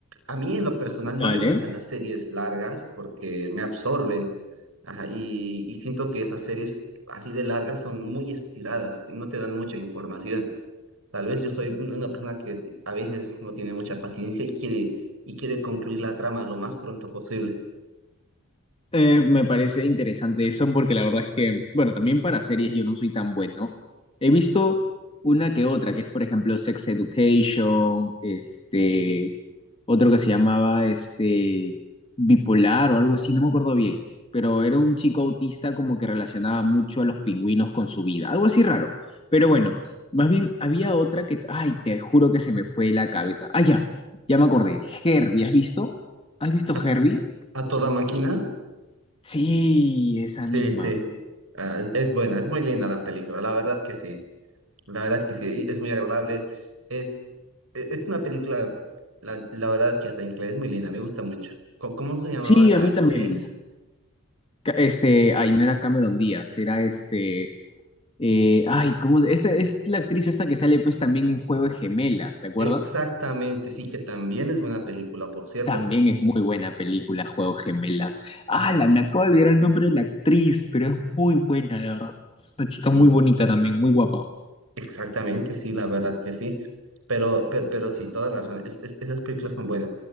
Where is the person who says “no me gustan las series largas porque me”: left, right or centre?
Right